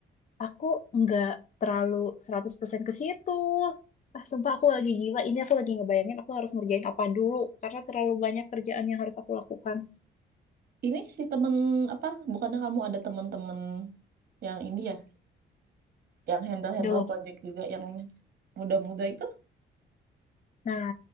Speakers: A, on the left; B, on the right.
A: aku nggak terlalu 100% ke situ. Ah, sumpah aku lagi gila. Ini aku lagi ngebayangin aku harus ngerjain apa dulu. Karena terlalu banyak kerjaan yang harus aku lakukan.
B: <laughs> Ini si temen, apa, bukannya kamu ada temen-temen yang ini ya, yang handle-handle
A: Duh.
B: project juga, yang muda-muda itu?
A: Nah,